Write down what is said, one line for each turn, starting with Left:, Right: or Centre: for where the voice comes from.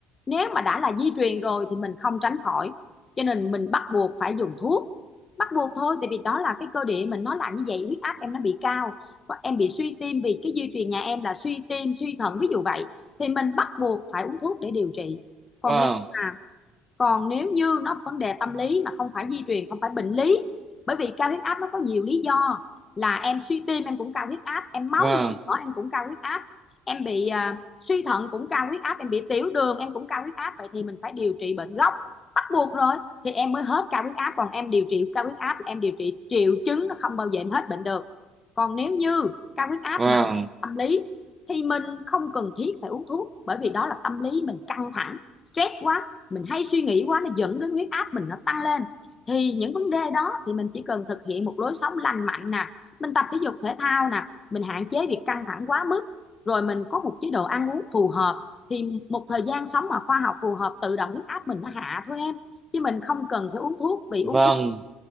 Left: nếu mà đã là di truyền rồi thì mình không tránh khỏi cho nên mình bắt buộc phải dùng thuốc bắt buộc thôi tại vì đó là cái cơ địa mình nó là như vậy huyết áp em nó bị cao em bị suy tim vì cái di truyền nhà em là suy tim suy thận ví dụ vậy thì mình bắt buộc phải uống thuốc để điều trị còn
Right: vâng
Left: nếu mà còn nếu như nó vấn đề tâm lý mà không phải di truyền không phải bệnh lý bởi vì cao huyết áp nó có nhiều lý do là em suy tim em cũng cao huyết áp em máu
Right: vâng
Left: nhiễm mỡ em cũng cao huyết áp em bị à, suy thận cũng cao huyết áp em bị tiểu đường em cũng cao huyết áp vậy thì mình phải điều trị bệnh gốc bắt buộc rồi thì em mới hết cao huyết áp còn em điều trị cao huyết áp là em điều trị triệu chứng nó không bao giờ em hết bệnh được còn nếu như cao huyết áp
Right: vâng
Left: mà tâm lý thì mình không cần thiết phải uống thuốc bởi vì đó là tâm lý mình căng thẳng stress quá mình hay suy nghĩ quá nó dẫn đến huyết áp mình nó tăng lên thì những vấn đề đó thì mình chỉ cần thực hiện một lối sống lành mạnh nè mình tập thể dục thể thao nè mình hạn chế việc căng thẳng quá mức rồi mình có một chế độ ăn uống phù hợp thì một thời gian sống mà khoa học phù hợp tự động huyết áp mình nó hạ thôi em chứ mình không cần phải uống thuốc vì uống
Right: vâng
Left: thuốc